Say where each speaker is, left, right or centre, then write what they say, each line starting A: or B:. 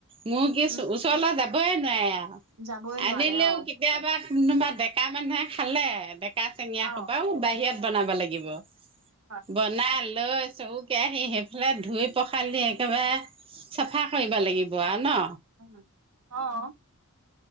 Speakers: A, on the right; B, on the right.
A: মূৰ্গী
B: উম
A: ওচৰলৈ যাবইে নোৱাৰে আৰু
B: যাবই নোৱাৰে
A: আনিলেও
B: অ
A: কেতিয়াবা। কোনোবা ডেকা মানুহে খালে, ডেকা চেঙিয়া
B: অ
A: সোবাও বাহিৰত বনাব লাগিব।
B: হয়।
A: বনাই লৈ চৰু কেৰাহী সেইফালে ধুই পখালি একেবাৰে। চাফা কৰিব লাগিব আহ ন।
B: অ' অ'